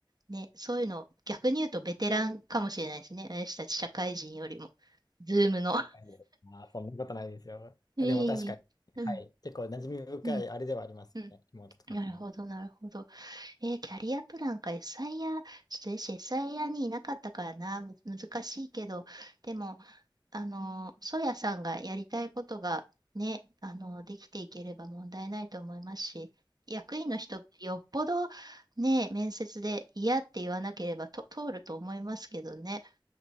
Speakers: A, on the right (about 50°); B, on the left (about 50°).
A: ね、そういうの、逆に言うとベテランかもしれないですね。私たち社会人よりも、ズームの。
B: はいまあ、そんなことないですよ。
A: <laughs> いいね。
B: でも確かに、はい。結構馴染み深いあれではありますよね。
A: うん、うん。
B: リモートとかっていうのは。
A: なるほど、なるほど。えーキャリアプランか、エスアイアー、ちょっと私、エスアイアーにいなかったからな、む難しいけど、でも、あのー、ソヤさんがやりたいことがね、あのーできていければ問題ないと思いますし、役員の人、よっぽどね、面接で嫌って言わなければと通ると思いますけどね。